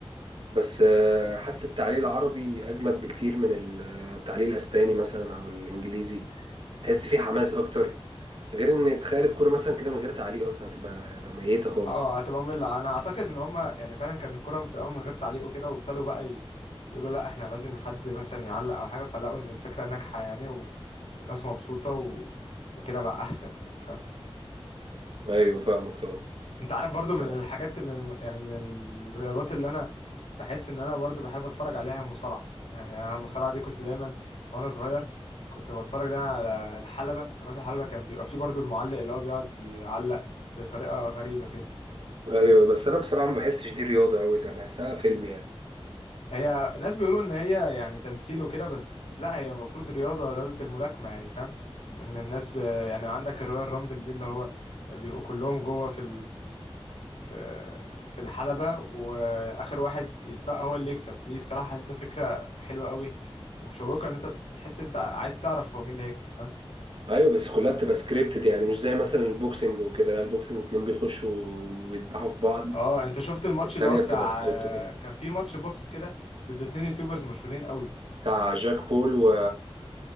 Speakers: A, on the right (about 60°); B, on the left (about 85°).
A: بس آه، حاسس التعليق العربي اجمد بكتير من ال- التعليق الاسباني مثلا او الانجليزي تحس فيه حماس اكتر غير ان تخيل الكوره مثلا كده من غير تعليق اصلا هتبقى يعني ميته خالص
B: اه هتبقى مملة انا اعتقد ان هم يعني فعلا كان الكرة في الاول من غير تعليق وكده وابتدوا بقى ي- يقولوا لا احنا لازم حد مثلا يعلق او حاجة فلقوا ان الفكرة ناجحة يعني و- والناس مبسوطة و... وكده بقى احسن يعني فاهم
A: ايوه فاهمك طبعا
B: انت عارف برضو
A: فاهم
B: من الحاجات من الم- يعني من الرياضات اللي انا بحس ان انا برضو بحب اتفرج عليها مصارعة يعني انا المصارعة دي كنت دايما وانا صغير كنت بتفرج ده على الحلبة قناة الحلبة كان بيبقى فيه برضو المعلق اللي هو بيقعد يعلق بطريقة غريبة كده
A: ايوه بس انا بصراحه ما بحسش دي رياضه قوي ده بحسها فيلم يعني
B: هي ناس بيقولوا ان هي يعني تمثيل وكده بس لا هي المفروض رياضة رياضة الملاكمة يعني فاهم ان الناس ب... يعني عندك الرويال رامبل دي اللي هو بيبقوا كلهم جوه في في في الحلبة وآخر واحد يتبقى هو اللي يكسب دي صراحة حاسسها فكرة حلوة قوي ومشوقة إن أنت بتحس أنت عايز تعرف هو مين اللي هيكسب فاهم
A: ايوه بس كلها بتبقى سكريبتد يعني مش زي مثلا البوكسنج وكده لا البوكسنج اتنين بيخشوا ويدبحوا في بعض
B: اه انت شفت الماتش
A: التانية
B: اللي هو بتاع
A: بتبقى سكريبتد يعني
B: كان في ماتش بوكس كده ضد اتنين يوتيوبرز مشهورين قوي
A: بتاع جاك بول و...